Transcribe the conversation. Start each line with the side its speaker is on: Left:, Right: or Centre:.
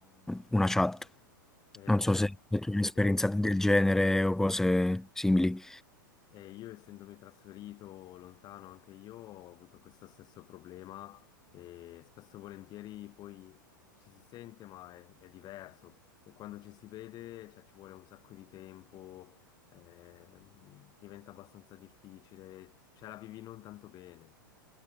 Centre: una chat.
Left: è
Centre: Non
Left: chiaro.
Centre: so se, se tu hai
Left: Sì,
Centre: un'esperienza
Left: sì.
Centre: del genere o cose simili.
Left: E io essendomi trasferito lontano anche io ho avuto questo stesso problema e spesso e volentieri poi ci si sente ma è, è diverso e quando ci si vede cioè, ci vuole un sacco di tempo, ehm, diventa abbastanza difficile, ce la vivi non tanto bene.